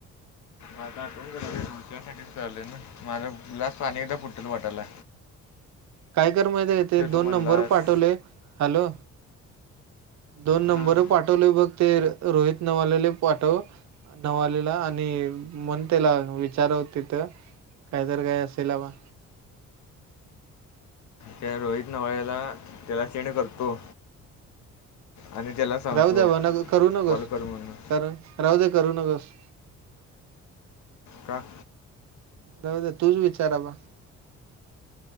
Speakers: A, on the left (about 70°); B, on the right (about 65°).
A: आता आठवन करालय नवं त्यासाठी आलोय ना माझा ग्लास आणि एकदा फुटल वाटला.
B: काय कर माहित तेे दोन
A: म्हणलास
B: नंबर पाठवले हॅलो. दोन
A: हां
B: नंबर पाठवले बघ ते रोहित नवालेले पाठव. नवालेला आणि म्हण त्याला विचारव तिथ. कायतरी काय असेल बा.
A: त्या रोहित नवाळ्याला त्याला सेंड करतो. आणि त्याला सांगतो
B: राहू द्या ब नग करू नकोस.
A: कॉल कर म्हणून
B: राहूदे करू नकोस.
A: का?
B: राहुदे तुच विचार आता.